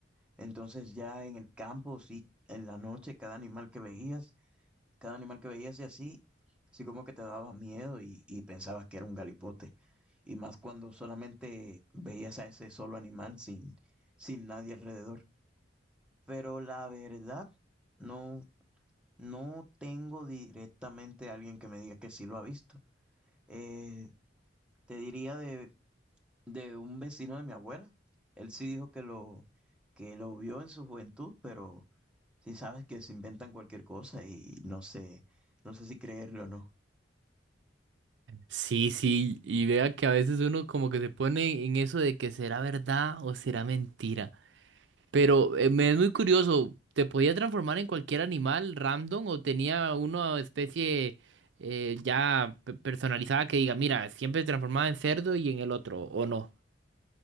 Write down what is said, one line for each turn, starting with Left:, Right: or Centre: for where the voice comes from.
Centre: Entonces ya en el campo, sí, en la noche, cada animal que veías cada animal que veías y así, así como que te daba miedo y, y pensabas que era un galipote. Y más cuando solamente veías a ese solo animal sin, sin nadie alrededor. Pero la verdad, no, no tengo directamente a alguien que me diga que sí lo ha visto. Eh, te diría de, de un vecino de mi abuela. Él sí dijo que lo, que lo vio en su juventud, pero sí sabes que se inventan cualquier cosa y no sé, no sé si creerlo o no.
Right: Sí, sí, y vea que a veces uno como que se pone en eso de que será verdad o será mentira. Pero eh, me es muy curioso, ¿te podía transformar en cualquier animal random o tenía una especie eh, ya pe- personalizada que diga, mira, siempre transformada en cerdo y en el otro, o no?